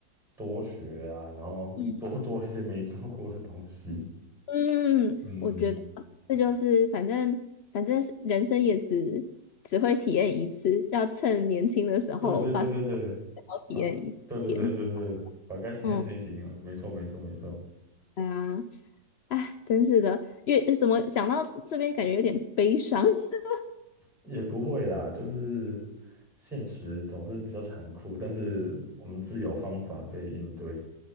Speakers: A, in the centre; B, on the left (about 75°).
A: 多学啊，然后
B: 嗯，
A: <laughs> 多做一些没做过的东西。
B: 嗯，
A: 嗯，
B: 我觉得这就是反正反正人生也只只会体验一次，要趁年轻的时候把所
A: 对对对对对，
B: 有都体验一遍。
A: 把，对对对对对，把该停的事情停进完没错没错没错，
B: 嗯，对啊。哎，真是的，越怎么讲到这边，感觉有点悲伤。<laughs>
A: 也不会啦，就是现实总是比较残酷，但是我们自有方法可以应对。